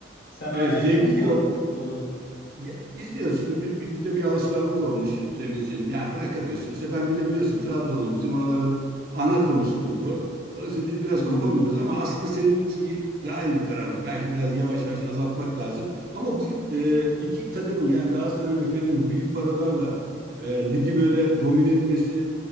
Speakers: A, on the left; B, on the right.
A: Sen
B: evet
A: hala izliyor
B: zevki
A: musun
B: yok.
A: futbolu?
B: Ya, izliyoruz. Şimdi bi- bi- bizde bir alışkanlık olmuş Sevinç'ciğim. Yani bırakamıyorsun. İşte ben bir de biliyorsun Trabzon'un bizim oraların ana konusudur bu. Dolayısıyla biz biraz
A: Hmm.
B: kopamıyoruz ama aslında seninki daha iyi bir kararmış. Belki biraz yavaş yavaş azaltmak lazım. Ama bu e, iki takımın yani Galatasaray ve Fener'in büyük paralarla e, ligi böyle domine etmesi